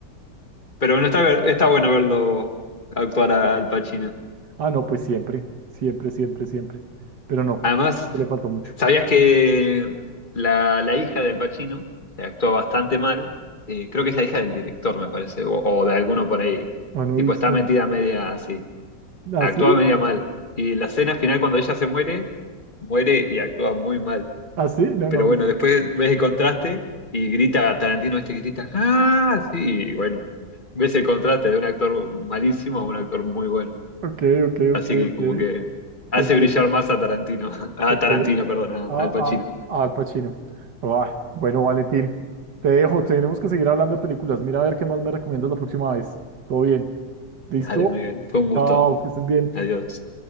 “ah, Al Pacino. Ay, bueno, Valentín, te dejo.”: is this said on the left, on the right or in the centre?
Right